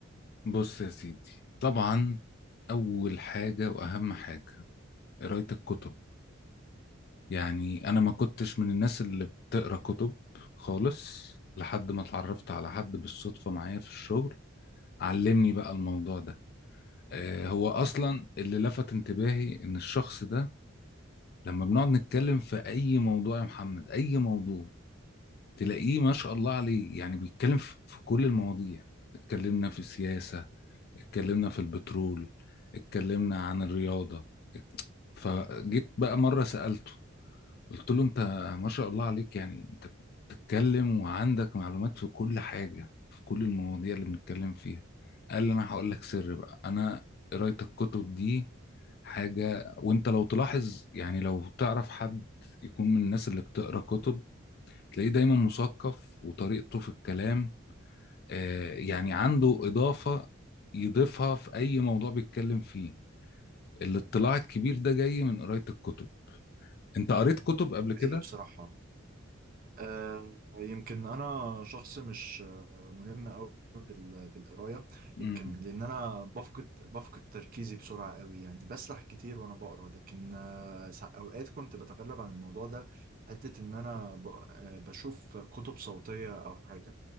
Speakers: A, on the left; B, on the right.
A: بص يا سيدي طبعا اول حاجة واهم حاجة قراية الكتب يعني انا ما كنتش من الناس اللي بتقرا كتب خالص لحد ما اتعرفت على حد بالصدفة معايا في الشغل علمني بقى الموضوع ده آه، هو اصلا اللي لفت انتباهي ان الشخص ده لما بنقعد نتكلم في اي موضوع يا محمد اي موضوع تلاقيه ما شاء الله عليه يعني بيتكلم في في كل المواضيع اتكلمنا في السياسة اتكلمنا في البترول اتكلمنا عن الرياضة فجيت بقى مرة سألته قلت له انت ما شاء الله عليك يعني انت بتتكلم وعندك معلومات في كل حاجة في كل المواضيع اللي بنتكلم فيها قال لي انا هقول لك سر بقى انا قراية الكتب دي حاجة وانت لو تلاحظ يعني لو تعرف حد يكون من الناس اللي بتقرا كتب تلاقيه دايما مثقف وطريقته في الكلام آه يعني عنده إضافة يضيفها في أي موضوع بيتكلم فيه الاطلاع الكبير ده جاي من قراية الكتب انت قريت كتب قبل كده؟
B: هي بصراحة آه، يمكن انا شخص مش آه، ملم قوي بالقرايه
A: مم.
B: يمكن لان انا بفقد بفقد تركيزي بسرعه قوي يعني بسرح كتير وانا بقرا لكن آه، سا- اوقات كنت بتغلب عن الموضوع ده حته ان انا ب- آه، بشوف كتب صوتيه او حاجه